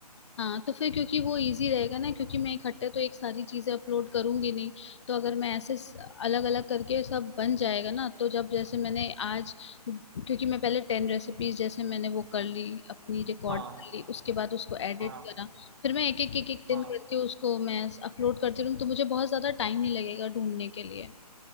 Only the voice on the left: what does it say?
हाँ तो फिर क्योंकि वो इजी रहेगा ना क्योंकि मैं इकट्ठे तो एक सारी चीजें अपलोड करूंगी नहीं तो अगर मैं ऐसे अलग अलग करके सब बन जाएगा ना तो जब जैसे मैंने आज क्योंकि मैं पहले टेन रेसिपीज जैसे मैंने वो कर ली अपनी रिकॉर्ड
कर ली उसके बाद उसको एडिट
करा फिर मैं एक एक एक एक दिन
करके उसको मैं अपलोड करती रहूँ तो मुझे बहुत ज्यादा टाइम नहीं लगेगा ढूंढने के लिए